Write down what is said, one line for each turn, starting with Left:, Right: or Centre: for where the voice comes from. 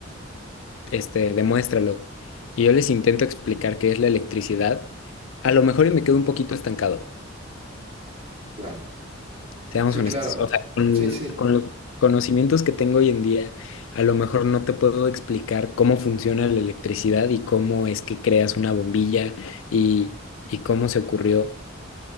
Left: este, demuéstralo. Y yo les intento explicar qué es la electricidad, a lo mejor y me quedo un poquito estancado,
Right: Claro.
Left: seamos
Right: Sí,
Left: honestos.
Right: claro.
Left: O sea, con,
Right: Sí, sí.
Left: con los conocimientos que tengo hoy en día, a lo mejor no te puedo explicar cómo funciona la electricidad y cómo es que creas una bombilla y, y cómo se ocurrió.